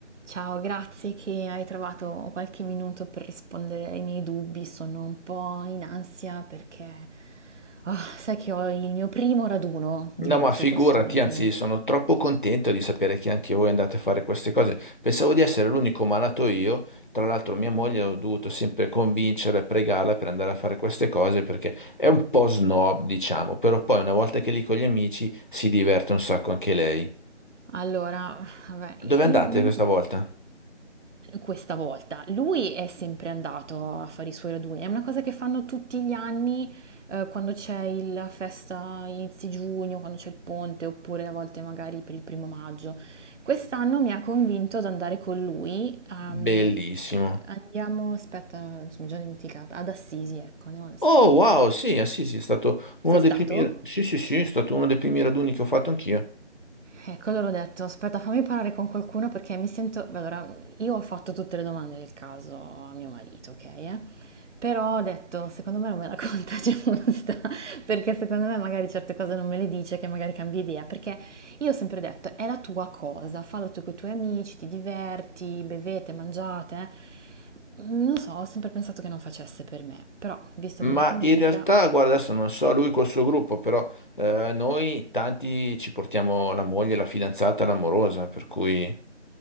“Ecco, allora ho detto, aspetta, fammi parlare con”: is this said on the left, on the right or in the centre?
Right